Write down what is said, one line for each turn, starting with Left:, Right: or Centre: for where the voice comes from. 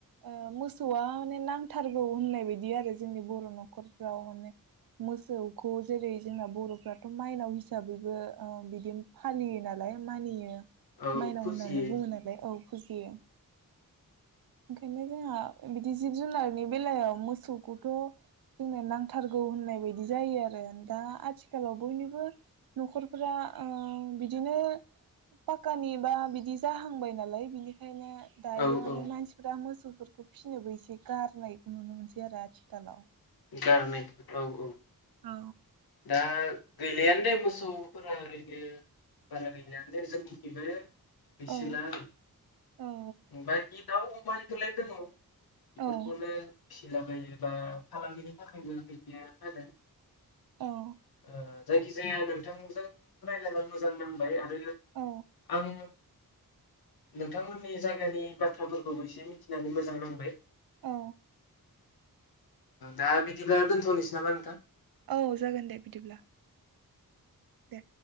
Right: ओ मोसौआ माने नांथारगौ होननाय बादि आरो जोंनि बर' न'खरफ्राव माने मोसौखौ जेरै जोंना बर'फ्राथ' माइनाव हिसाबैबो ओ बिदि फालियो नालाय मानियो।
Left: औ
Right: माइनाव
Left: फुजियो
Right: होननानै बुङो नालाय औ। फुजियो। ओंखायनो जोंहा बिदि जि जुनारनि बेलायाव मोसौखौथ' जोंनो नांथारगौ होननाय बायदि जायो आरो दा आथिखालाव बयनिबो न'खरफोरा ओ बिदिनो पाक्कानि बा बिदि जाहांबाय नालाय बिनिखायनो दायो
Left: औ
Right: माने
Left: औ
Right: मानसिफ्रा मोसौ फोरखौ फिसिनोबो एसे गारनायखौ नुनो मोनसै आरो आथिखालाव।
Left: गारनाय औ औ।
Right: औ।
Left: दा गैलायानो दे मोसौफोरा ओरैनो बारा गैलायानो दे जों थिंबो गैस्राला
Right: औ
Left: आरो
Right: औ
Left: ओमफ्राय बे दाउ अमाइखौलाय दङ'। बेफोरखौनो
Right: औ
Left: फिसिला बायो बा फालांगिनि थाखायबो गैलिया नालाय‌।
Right: औ
Left: ओ। जायखिजाया नोंथांजों रायलायना मोजां नांबाय आरो
Right: औ
Left: आं नोंथांमोननि जायगानि बाथ्राफोरखौबो एसे मिथिनानै मोजां नांबाय।
Right: औ।
Left: दा बिदिब्ला दोनथ'नोसै नामा नोंथां?
Right: औ जागोन दे बिदिब्ला। दे।